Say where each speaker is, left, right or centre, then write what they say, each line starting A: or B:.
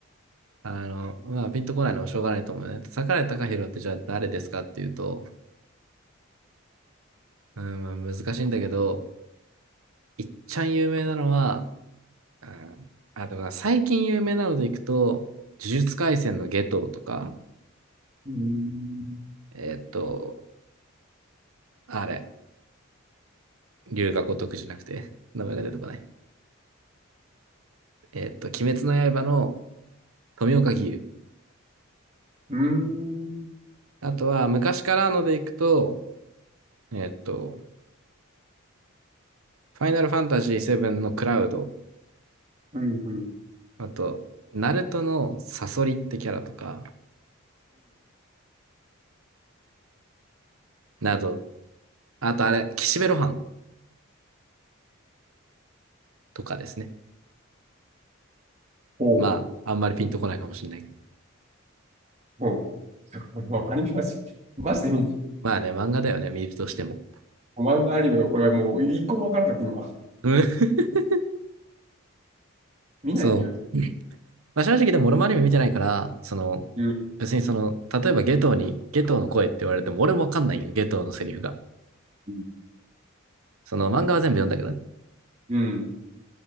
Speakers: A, on the right (about 85°); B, on the right (about 30°).
A: あの、まあピンとこないのはしょうがないと思うね。桜井孝宏ってじゃあ誰ですかっていうと、うん、まあ難しいんだけど、いっちゃん有名なのは、うん、あ、でもな最近有名なのでいくと、呪術廻戦のゲトウとか、
B: うーん。
A: えーっと、あれ、龍が如くじゃなくて、名前が出てこない。えーっと、鬼滅の刃の富岡義勇。
B: うーん。
A: あとは、昔からのでいくと、えーっと、ファイナルファンタジー7のクラウド、
B: うん、うん、うん、
A: あと、ナルトのサソリってキャラとか、など、あとあれ、岸辺露伴とかですね。
B: ほう、
A: まあ、あんまりピンとこないかもしれないけど。
B: ほう。もうアニメマジ、マジで見ない。
A: まあね、漫画だよね、見るとしても。
B: 漫画アニメ、俺はもう一個もわからなかった、今。
A: うん <laughs>
B: 見ないんだよね。
A: そう。まあ、正直でも俺もアニメ見てないから、その、
B: うん、
A: 別にその、例えばゲトウに、ゲトウの声って言われても俺もわかんないよ、ゲトウのセリフが。
B: うん。
A: その漫画は全部読んだけどね。
B: うん